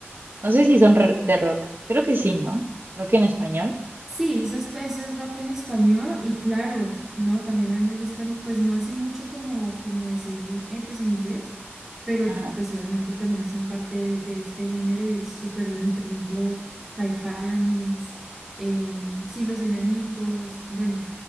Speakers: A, on the right; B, in the centre.
A: No sé si son re- de rock. Creo que sí, ¿no? Rock en español.
B: Sí, eso es, eso es rock en español y claro, no, también a mí me gustan, pues no así mucho como, como decir, eh, pues en inglés, pero
A: Ajá.
B: pues obviamente también hacen parte de, de este género y es súper bonito, por ejemplo, Caifanes, eh, sí, Los Enanitos, bueno,